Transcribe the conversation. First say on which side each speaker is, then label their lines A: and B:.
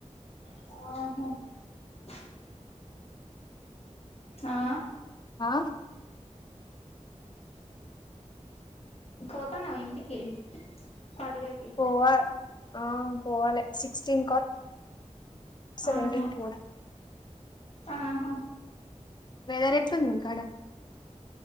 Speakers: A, on the left; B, on the left.
A: ఆహ ఆ
B: ఆ
A: పోతాన్నా ఇంటికి పండుగకి?
B: పోవా ఆ పోవాలి సిక్స్టీన్ క <unintelligible>
A: ఆహా ఆహా
B: వెదర్ ఎట్ల ఉంది మీకాడ?